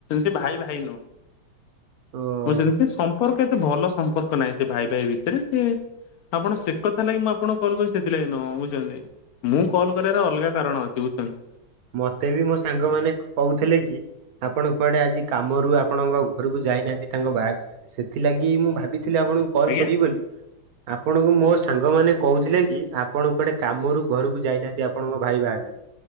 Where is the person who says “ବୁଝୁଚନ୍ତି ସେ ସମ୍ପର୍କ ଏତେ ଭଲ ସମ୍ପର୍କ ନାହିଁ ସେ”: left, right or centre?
Left